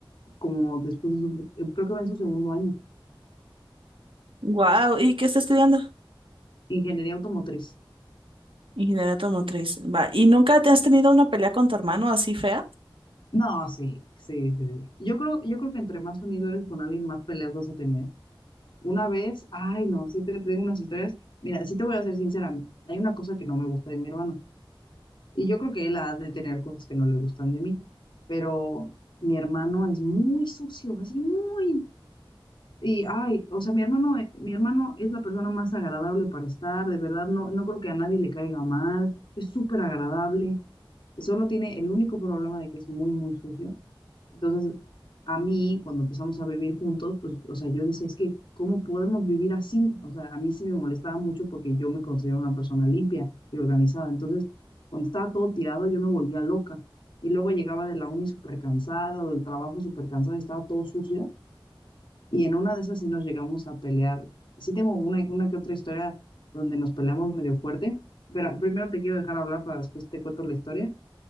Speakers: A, on the left; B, on the right.
A: como después de su, eh, creo que va en su segundo año.
B: Wow, ¿y qué está estudiando?
A: Ingeniería automotriz.
B: Ingeniería automotriz. Va, ¿y nunca te has tenido una pelea con tu hermano así fea?
A: No, sí, sí, sí. sí. Yo creo, yo creo que entre más unido eres con alguien, más peleas vas a tener. Una vez, ay, no, sí te tengo unas historias. Mira, sí te voy a ser sincera. Hay una cosa que no me gusta de mi hermano. Y yo creo que él ha de tener cosas que no le gustan de mí. Pero mi hermano es muy sucio, así muy. Y, ay, o sea, mi hermano, eh, mi hermano es la persona más agradable para estar, de verdad, no, no creo que a nadie le caiga mal, es súper agradable, solo tiene el único problema de que es muy, muy sucio. Entonces, a mí, cuando empezamos a vivir juntos, pues, o sea, yo decía, es que, ¿cómo podemos vivir así? O sea, a mí sí me molestaba mucho porque yo me considero una persona limpia y organizada. Entonces, cuando estaba todo tirado, yo me volvía loca. Y luego llegaba de la uni súper cansada o del trabajo súper cansada y estaba todo sucio. Y en una de esas sí nos llegamos a pelear. Sí tengo una, una que otra historia donde nos peleamos medio fuerte, pero primero te quiero dejar hablar para después te cuento la historia.